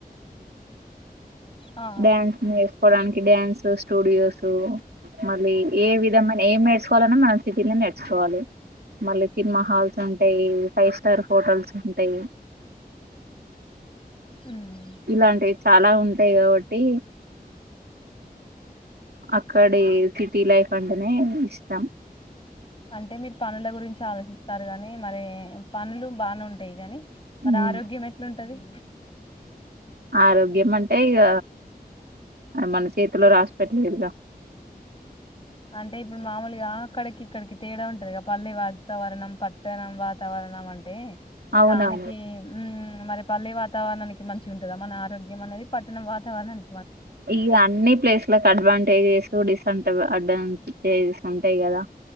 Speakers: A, on the left (about 35°); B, on the right (about 85°).
A: ఆ
B: డ్యాన్స్ నేర్చుకోడానికి డ్యాన్సు స్టూడియోస్ మళ్ళీ ఏ విధమైన ఏం నేర్చుకోవాలన్నా మనం సిటీలో నేర్చుకోవాలి. మళ్ళీ సినిమా హాల్స్ ఉంటాయి ఫైవ్ స్టార్ హోటల్స్ ఉంటాయి.
A: ఉమ్
B: ఇలాంటివి చాలా ఉంటాయి కాబట్టి అక్కడి సిటీ లైఫ్ అంటేనే ఇష్టం.
A: అంటే మీరు పనుల గురించి ఆలోచిస్తారు గాని మరి పనులు బానే ఉంటాయి కాని. మరి
B: ఉమ్.
A: ఆరోగ్యం ఎట్లుంది. టది.
B: ఆరోగ్యం అంటే ఇగ మన చేతులో రాసి పెట్టి లేదుగా.
A: అంటే ఇప్పుడు మామూలుగా అక్కడికి ఇక్కడికి తేడా ఉంటది పల్లె వాతావరణం పట్ పట్టణం వాతావరణం అంటే
B: అవునవును
A: దానికి ఊ. మరి పల్లె వాతావరణానికి మంచి ఉంటాదా మన ఆరోగ్యం అనేది పట్టణం వాతావరణాని.
B: ఈ అన్ని ప్లేస్లకు అడ్వాంటేజ్స్. టుడేస్ అంటరు. అడ్వాంటేజ్స్ ఉంటాయి కదా.